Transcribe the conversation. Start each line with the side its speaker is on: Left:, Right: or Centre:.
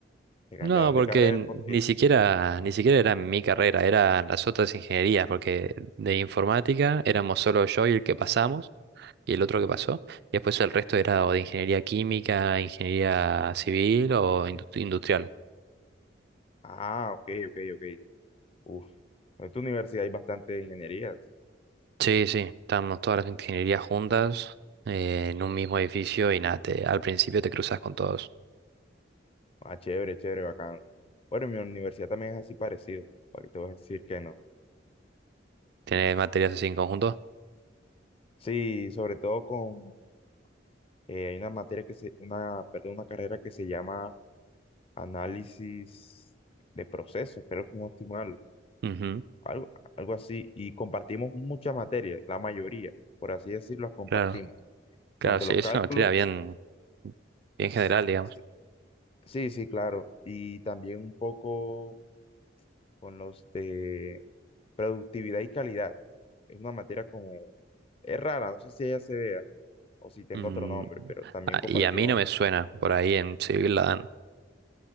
Left: Te cambiaron
Right: no, porque
Left: de carreras
Right: n-
Left: porque,
Right: ni siquiera, ni siquiera era mi carrera, eran las otras ingenierías, porque de informática éramos solo yo y el que pasamos y el otro que pasó. Y después el resto era o de ingeniería química, ingeniería civil o indust- industrial.
Left: ah, ok, ok, ok. Uf, en tu universidad hay bastantes ingenierías.
Right: Sí, sí, estábamos todas las ingenierías juntas eh, en un mismo edificio y nada, te- al principio te cruzas con todos.
Left: Ah, chévere, chévere, bacano. Bueno, en mi universidad también es así parecido, para que te voy a decir que no.
Right: Tiene materias así en conjunto.
Left: Sí, sobre todo con, eh, hay una materia que se, una, perdón, una carrera que se llama análisis de procesos, creo que no estoy mal,
Right: Ujú,
Left: algo, algo así, y compartimos muchas materias, la mayoría, por así decirlo, las compartimos,
Right: Claro, claro,
Left: tanto
Right: sí,
Left: los
Right: es
Left: cálculos,
Right: una materia bien, bien general,
Left: s-
Right: digamos.
Left: s- sí, sí, claro, y también un poco con los de Productividad y calidad. Es una materia como... Es rara, no sé si ella se vea o si tengo
Right: Mm,
Left: otro nombre, pero también
Right: a-
Left: compartimos...
Right: y a mí no me suena, por ahí en civil la dan.